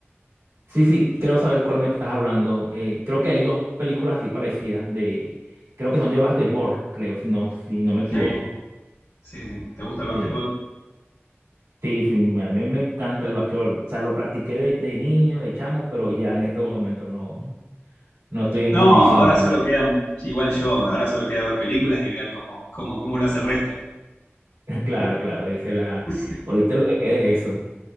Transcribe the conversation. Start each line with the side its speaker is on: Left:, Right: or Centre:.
Right: Sí, sí, quiero saber cuál me estás hablando. Eh, creo que hay dos películas así parecidas de, creo que son de básquetbol, creo, si no, si no me
Left: Sí,
Right: equivoco.
Left: sí, sí. ¿Te gusta el básquetbol?
Right: Sí, sí, sí, me- a mí me encanta el básquetbol. O sea, lo practiqué de, de niño, de chamo, pero ya en este momento no, no estoy en
Left: No,
Right: condiciones
Left: ahora solo
Right: de...
Left: quedan, sí, igual yo, ahora solo queda ver películas y ver cómo, cómo, cómo lo hace el resto.
Right: <laughs> Claro, claro, esa es la...
Left: <laughs>
Right: Ahorita lo que queda es eso.